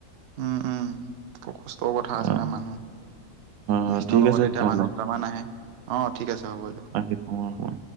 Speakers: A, on the right; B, on the right.
A: উম-উম কষ্টৰ কথা আছে।
B: অ হয়
A: ন মানুহ
B: হয়
A: মিচিনৰ
B: ঠিক
A: লগতে
B: আছে তেতিয়াহ'লে
A: এতিয়া মানুহদুটামান আহে অ ঠিক আছে হ'ব বাইদউ,
B: ৰাখিছোঁ অ।